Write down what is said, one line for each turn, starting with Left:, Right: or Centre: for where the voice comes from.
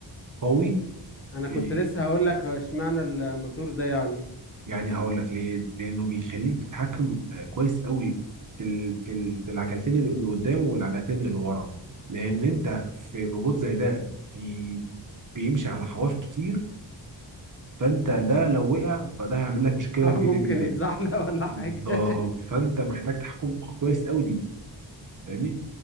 Right: قوي
Left: انا كنت
Right: في
Left: لسه هقول لك هو اشمعنى الموتور ده يعني
Right: يعني هقول لك ليه لأنه بيخليك تتحكم آه، كويس قوي في ال... في ال... في العجلتين اللي اللي قدام والعجلتين اللي ورا لأن أنت في روبوت زي ده بي... بيمشي على حواف كتير فأنت ده لو وقع فده هيعمل لك
Left: <laughs>
Right: مشكلة
Left: اه
Right: كبيرة
Left: ممكن
Right: جدا
Left: يتزحلق ولا حاجة
Right: بالظبط
Left: <laughs>
Right: فأنت محتاج تحكم كويس قوي ليه فاهمني؟